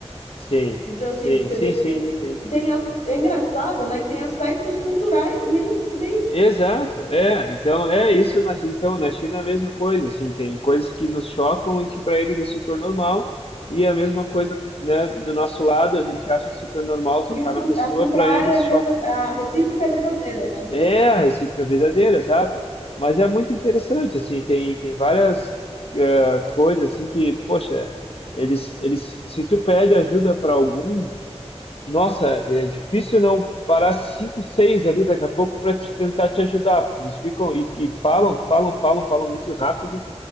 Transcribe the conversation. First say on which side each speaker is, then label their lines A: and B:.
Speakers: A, on the left; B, on the left.
A: Sim,
B: Então, assim,
A: sim,
B: você
A: sim,
B: vê que
A: sim,
B: tem,
A: sim.
B: tem as- é engraçado, né? Que tem aspectos culturais meio, meio.
A: Exato, é, então é isso, na, então na China é a mesma coisa, assim, tem coisas que nos chocam e que para eles é super normal, e a mesma coisa, né, do nosso lado, a gente acha super normal tocar
B: E o, con-
A: na pessoa,
B: a contrária
A: para eles
B: é
A: choca.
B: verdadeira, a recíproca é verdadeira, né?
A: É, a recíproca é verdadeira, exato, mas é muito interessante, assim, tem, tem várias eh, coisas, assim, que, poxa, eles, eles, se tu pede ajuda para algum, nossa, é difícil não parar cinco, seis ali daqui a pouco para te tentar te ajudar, porque eles ficam e, e falam, falam, falam, falam muito rápido